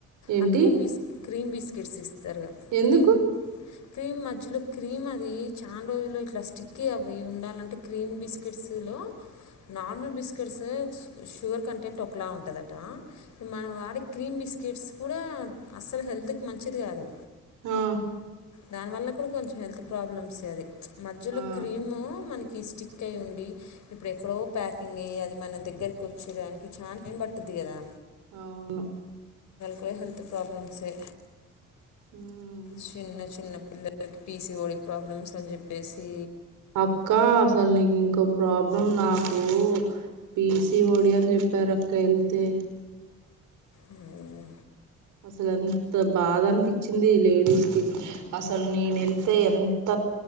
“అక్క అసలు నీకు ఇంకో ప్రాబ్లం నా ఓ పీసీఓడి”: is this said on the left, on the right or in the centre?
Right